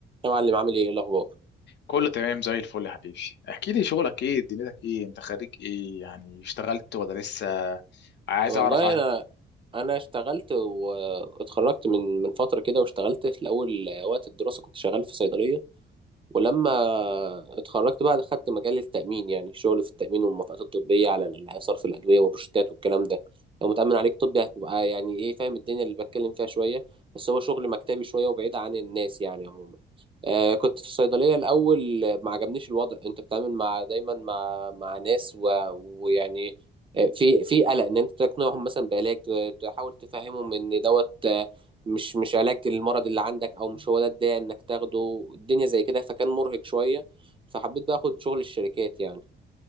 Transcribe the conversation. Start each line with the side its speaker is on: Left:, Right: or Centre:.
Right: يا معلم عامل ايه إيه الاخبار
Left: كله تمام زي الفل يا حبيبي احكي لي شغلك ايه دنيتك ايه انت خريج ايه يعني اشتغلت ولا لسه عايز
Right: والله
Left: اعرف عنه
Right: انا انا اشتغلت واتخرجت من من فتره كده واشتغلت في الاول وقت الدراسه كنت شغال في صيدليه ولما اتخرجت بقى خدت مجال التأمين يعني شغل في التأمين والموافقات الطبية على ال- صرف الأدوية والروشتات والكلام ده لو متأمن عليك طبي هتبقى يعني إيه فاهم الدنيا اللي بتكلم فيها شوية بس هو شغل مكتبي شوية وبعيد عن الناس يعني عموما آه كنت في الصيدلية الأول آه، ما عجبنيش الوضع أنت بتتعامل مع دايما مع مع ناس و... ويعني آه، في في قلق ان انت تقنعهم مثلا بعلاج ت- تحاول تفهمهم ان دوت مش مش علاج المرض اللي عندك او مش هو ده الداعي انك تاخده الدنيا زي كده فكان مرهق شوية فحبيت بقى اخد شغل الشركات يعني